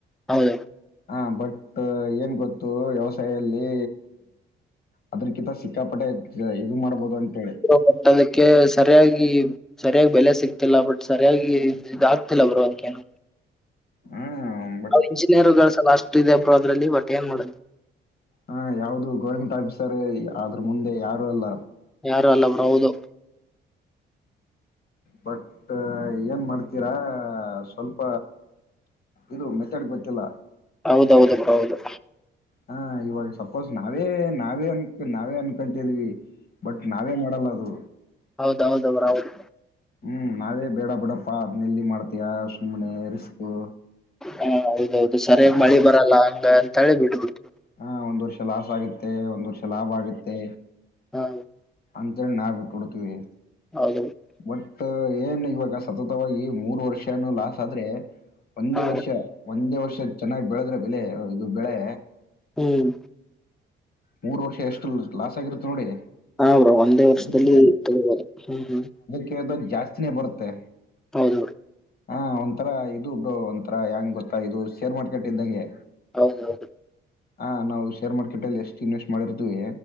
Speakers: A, in the centre; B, on the left.
A: ಹೌದ
B: ಹಾ ಬಟ್ ಏನ್ ಗೊತ್ತು ವ್ಯವಸಾಯದಲ್ಲಿ ಅದ್ರಕಿಂತ ಸಿಕ್ಕಾಪಟೆ ಇದು ಮಾಡ್ಬೋದು ಅಂತೇಳಿ
A: ಬ ಅದಕ್ಕೆ ಸರಿಯಾಗಿ ಸರಿಯಾಗಿ ಬೆಲೆ ಸಿಕ್ತಿಲ್ಲ ಬಟ್ ಸರಿಯಾಗಿ ಇದ ಆಗ್ತಿಲ್ಲ ಬರುವೋದಕೇನ
B: ಹ್ಮ
A: ನಾವು ಇಂಜಿನಿಯಯರ್ಗಳು ಸಲ ಅಷ್ಟ ಇದೆ ಬ್ರೋ ಅದ್ರಲ್ಲಿ ಒಟ್ಟಟ್ ಏನ್ ಮಾಡೋದು
B: ಹಾ ಯಾವ್ದು ಗೌರ್ಮೆಂಟ್ ಆಫೀಸರ್ ಅದ್ರ ಮುಂದೆ ಯಾರು ಅಲ್ಲ
A: ಯಾರು ಅಲ್ಲ ಬ್ರೌದು
B: ಬಟ್ ಏನ್ ಮಾಡ್ತೀರಾ ಸ್ವಲ್ಪ ಇದು ಮೆತಡ್ ಗೊತ್ತಿಲ್ಲ
A: ಹೌದೌದು ಹೌದು
B: ಹ ಇವಾಗ ಸಪೋಸ್ ನಾವೇ ನಾವೇ ಅನ್ಕ ನಾವೇ ಅನ್ಕಂತಿದ್ವಿ ಬಟ್ ನಾವೇ ಮಾಡಲ್ಲ ಅದು
A: ಹೌದ ಹೌದ ಬ್ರ ಹೌದು
B: ಹ್ಮ್ ನಾವೇ ಬೇಡ ಬಿಡಪ್ಪಾ ಅದ್ನೆಲ್ಲಿ ಮಾಡ್ತಯ ಸುಮಮ್ಮ್ನೆ ರಿಸ್ತು
A: ಹಾ ಹೌದೌದು ಸರಿಯಾಗಿ ಮಳಿ ಬರಲ್ಲ ಹಂಗ ಅಂತ ಹೇಳಿ ಬಿಡ್ಬಿಟ್ಟು
B: ಹಾ ಒಂದ್ ವರ್ಷ ಲಾಸ್ ಆಗುತ್ತೆ ಒಂದ್ ವರ್ಷ ಲಾಭ ಆಗುತ್ತೆ
A: <unintelligible>
B: ಅಂತೇಳಿ ನಾವು ಬಿಟ್ಟು ಬಿಡ್ತೀವಿ
A: <unintelligible>
B: ಒಟ್ ಏನ್ ಇವಾಗ ಸತತವಾಗಿ ಮೂರ್ ವರ್ಷನು ಲಾಸ್ ಆದ್ರೆ ಒಂದೇ
A: ಹ
B: ವರ್ಷ ಒಂದೇ ವರ್ಷ ಚೆನ್ನಾಗ್ ಬೆಳದ್ರೆ ಬೆಲೆ ಇದು ಬೆಳೆ
A: ಹ್ಮ್
B: ಮೂರು ವರ್ಷ ಎಷ್ಟು ಲಾಸ್ ಆಗಿರುತ್ತೆ ನೋಡಿ
A: ಹ ಬ್ರೋ ಒಂದೇ ವರ್ಷದಲ್ಲಿ
B: ಅದಕ್ಕಿಂತ
A: ತಗಿಬೋಧು ಹ್ಮ್ ಹ್ಮ್
B: <unintelligible> ಜಾಸ್ತಿನೇ ಬರುತ್ತೆ
A: ಹೌದೌದು
B: ಹಾ ಒಂಥರಾ ಇದು ಬ್ರೋ ಒಂಥರಾ ಹೆಂಗ್ ಗೊತ್ತಾ ಇದು ಶೇರ್ ಮಾರ್ಕೆಟ್ ಇದ್ದಂಗೆ
A: ಹೌದೌದು
B: ಹಾ ನಾವು ಶೇರ್ ಮಾರ್ಕೆಟ್ ಅಲ್ಲಿ ಎಷ್ಟು ಇನ್ವೆಸ್ಟ್ ಮಾಡಿರ್ತೀವಿ